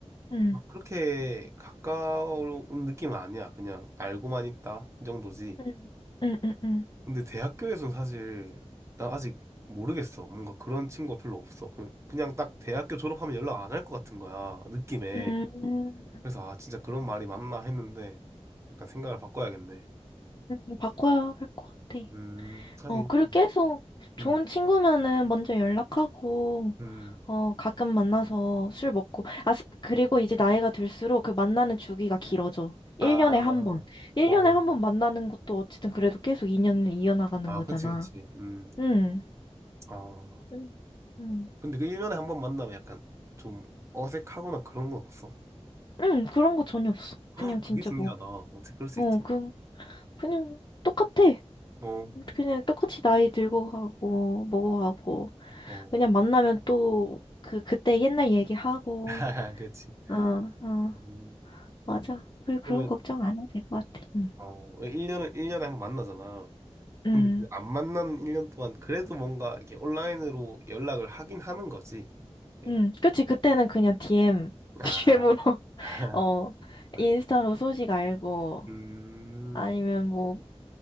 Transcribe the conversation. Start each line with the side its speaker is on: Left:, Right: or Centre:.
Left: 응.
Right: 막 그렇게 가까운 느낌은 아니야. 그냥 알고만 있다 이 정도지.
Left: 응. 응. 응. 응.
Right: 근데 대학교에서는 사실 나 아직 모르겠어. 뭔가 그런 친구가 별로 없어. 그냥, 그냥 딱 대학교 졸업하면 연락 안 할 것 같은 거야. 느낌에.
Left: 음,
Right: 그래서 아 진짜 그런 말이 맞나 했는데 약간 생각을 바꿔야겠네.
Left: 음, 바꿔야 할 것 같아.
Right: 음 하긴
Left: 어, 그리고 계속 좋은
Right: 음
Left: 친구면은 먼저 연락하고
Right: 음.
Left: 어, 가끔 만나서 술 먹고. 아, 스- 그리고 이제 나이가 들수록 그 만나는 주기가 길어져. 1년에
Right: 아,
Left: 한 번. 1년에
Right: 어,
Left: 한 번 만나는 것도 어쨌든 그래도 계속 2년을 이어나가는
Right: 아,
Left: 거잖아.
Right: 그치, 그치, 음,
Left: 응,
Right: 아,
Left: 응 응
Right: 근데 그 1년에 한 번 만나면 약간 좀 어색하거나 그런 건 없어?
Left: 응, 그런 거 전혀 없어. 그냥
Right: 헉,
Left: 진짜
Right: 그게 신기하다.
Left: 뭐,
Right: 어떻게 그럴 수
Left: 어,
Right: 있지?
Left: 그, 그냥 똑같아.
Right: 어,
Left: 그냥 똑같이 나이 들고 가고, 먹어가고.
Right: 어,
Left: 그냥 만나면 또, 그, 그때 옛날 얘기하고.
Right: <laughs> 그치.
Left: 어, 어,
Right: 음,
Left: 맞아. 그리고
Right: 그러면,
Left: 그런 걱정 안 해도 될 것 같아. 응,
Right: 어, 1년을, 1년에 한 번 만나잖아. 근데
Left: 응.
Right: 그안 만난 1년 동안 그래도 뭔가 이렇게 온라인으로 연락을 하긴 하는 거지. 이렇게.
Left: 음, 그치. 그때는 그냥 DM,
Right: 아,
Left: DM으로, <laughs>
Right: <laughs>
Left: 어,
Right: 아이,
Left: 인스타로 소식 알고,
Right: 음,
Left: 아니면 뭐,